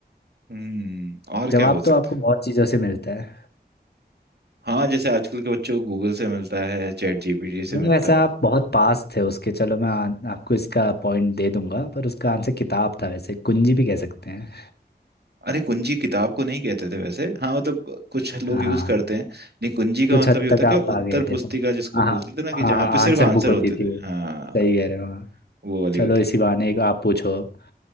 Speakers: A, on the right; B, on the left.
A: हम्म और
B: जवाब
A: क्या हो सकता
B: तो आपको बहुत
A: है
B: चीज़ों से मिलता है
A: हाँ जैसे आजकल के बच्चों को गूगल से मिलता है चैट जीपीटी से
B: नहीं
A: मिलता
B: वैसे आप
A: है
B: बहुत पास थे उसके चलो मैं आ, आपको इसका पॉइंट दे दूंगा पर उसका आंसर किताब था वैसे कुंजी भी कह सकते हैं
A: अरे कुंजी किताब को नहीं कहते थे वैसे हाँ मतलब कुछ लोग
B: हाँ
A: यूज करते हैं नहीं कुंजी का
B: कुछ
A: मतलब
B: हद
A: ये होता
B: तक
A: है
B: आप
A: कि
B: आ
A: उत्तर
B: गए
A: पुस्तिका
B: थे तुम
A: जिसको
B: हाँ हाँ
A: बोलते थे ना कि
B: हाँ
A: जहाँ
B: हाँ
A: पे सिर्फ
B: आंसर
A: आंसर
B: बुक होती
A: होते
B: थी
A: थे
B: वो
A: हाँ
B: सही कह रहे हो हाँ
A: वो वाली
B: चलो
A: होती
B: इसी
A: थी
B: बहाने एक आप पूछो अब